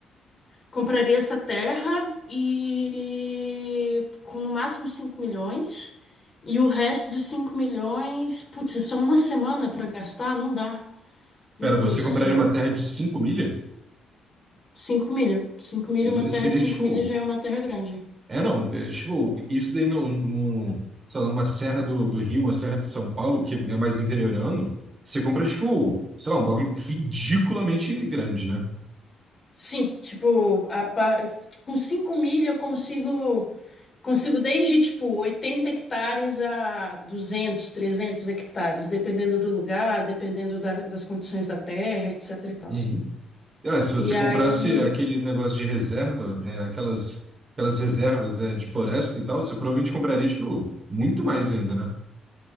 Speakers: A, on the left; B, on the right.
A: Compraria essa terra e com no máximo 5 milhões. E o resto dos 5 milhões, putz, é só uma semana para gastar? Não dá. Meu
B: Pera,
A: Deus
B: você compraria
A: do céu.
B: uma terra de 5 milha?
A: cinco milha. cinco milha,
B: Isso
A: uma terra
B: Seria
A: de 5
B: tipo.
A: milhas já é uma terra grande.
B: É, não. é, tipo, isso daí no, no, sei lá, numa serra do, do Rio, uma serra de São Paulo, que é mais interiorano, você compra, tipo, sei lá, um bagulho ridiculamente grande, né?
A: Sim, tipo, a pa- com 5 milha eu consigo consigo desde tipo 80 hectares a duzentos trezentos hectares, dependendo do lugar, dependendo da- das condições da terra, etc e tal.
B: Uhum. Ah, se você
A: E aí
B: comprasse aquele negócio de reserva, é, aquelas, aquelas reservas, é, de floresta e tal, você provavelmente compraria, tipo, muito mais ainda, né?